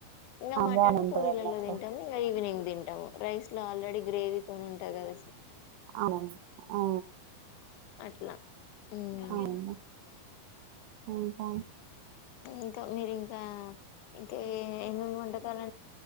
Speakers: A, on the left; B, on the right.
A: ఇంగ మటను
B: బానే ఉంటదండి
A: పూరిలల్లో
B: అట్లా
A: తింటము, ఇంగ ఈవినింగ్ తింటము రైస్ లో ఆల్రెడీ గ్రేవీ తోనీ తింట గద
B: అవు ఆ
A: అట్లా ఉమ్
B: అవును ఇంకా
A: ఇంక మీరింకా ఇంకా ఏమేమి వంటకాలు